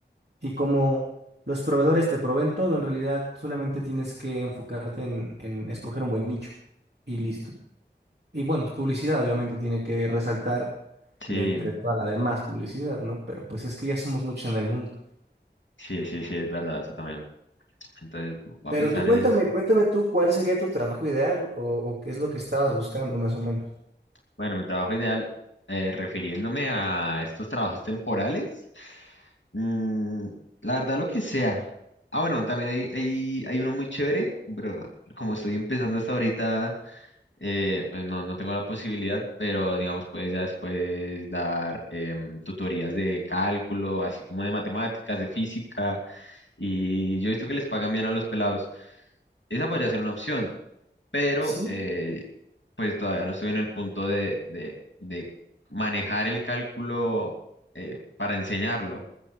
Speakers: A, on the right; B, on the left.
A: Y como los proveedores te proveen todo, en realidad solamente tienes que enfocarte en en escoger un buen nicho y listo. Y bueno, tu publicidad obviamente tiene que resaltar
B: Sí,
A: de entre toda la demás publicidad, ¿no? Pero pues es que ya somos muchos en el mundo.
B: sí, sí, sí, es verdad, eso también. Entonces, voy
A: Pero
B: a pensar
A: tú cuéntame,
B: en eso.
A: cuéntame tú cuál sería tu trabajo ideal o, o qué es lo que estabas buscando más o menos.
B: Bueno, mi trabajo ideal, eh, refiriéndome a estos trabajos temporales, mm, la verdad lo que sea. Ah, bueno, también hay, hay, hay uno muy chévere, pero como estoy empezando hasta ahorita, eh, pues no, no tengo la posibilidad, pero digamos, puedes ya después dar em, tutorías de cálculo, así como de matemáticas, de física, y yo he visto que les pagan bien a los pelados. Esa podría ser una opción, pero
A: Sí,
B: eh, pues todavía no estoy en el punto de, de- de manejar el cálculo eh, para enseñarlo.